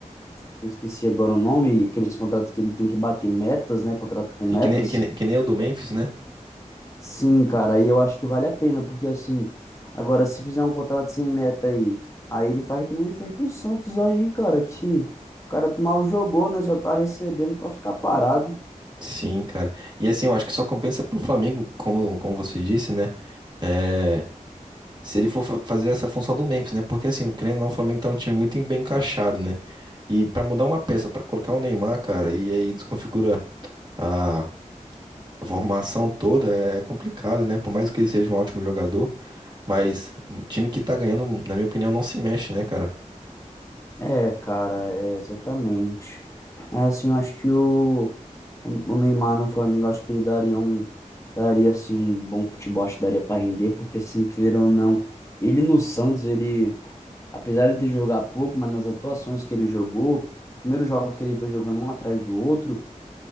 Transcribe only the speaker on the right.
assim,
que nem, que nem, que nem o do Memphis, né?
Sim, cara. E assim, eu acho que só compensa pro Flamengo, como, como você disse, né? É, se ele for fa- fazer essa função do Memphis, né? Porque assim, o querendo ou não, o Flamengo tá um time muito bem encaixado, né? E pra mudar uma peça, pra colocar o Neymar, cara, e aí desconfigura a, a formação toda, é é complicado, né? Por mais que ele seja um ótimo jogador, mas um time que tá ganhando, na minha opinião, não se mexe, né, cara?